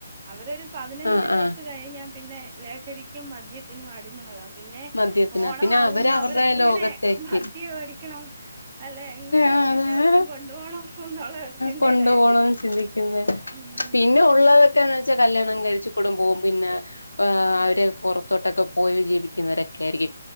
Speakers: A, on the right; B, on the left.
A: അവരൊരു പതിനഞ്ച്
B: ആഹ്
A: വയസ്സ്
B: ആഹ്
A: കഴിഞ്ഞാൽ പിന്നെ ലഹരിക്കും മദ്യത്തിനും അടിമകളാ. പിന്നെ
B: മദ്യത്തിന
A: ഓണമാകുമ്പോ
B: പിന്നെ അവര് അവരുടെ
A: അവർ എങ്ങനെ
B: ലോകത്തേക്ക്
A: മദ്യ മേടിക്കണം? അല്ലെ എങ്ങനെ
B: ആഹ്
A: ഒരു ദിവസം കൊണ്ടു പോണം എന്നുള്ള ചിന്തയിലായിരിക്കും.
B: കൊണ്ടു പോണം ചിന്തിക്കുന്നെ
A: ഉം
B: പിന്നെ ഉള്ളവർക്കെന്ന് വെച്ചാൽ കല്യാണം കഴിച്ച കൂടുംബവും പിന്നെ്
A: അതെ
B: അവര് പുറത്തോട്ടൊക്കെ പോയി ജീവിക്കുന്നവരൊക്കെ ആയിരിക്കും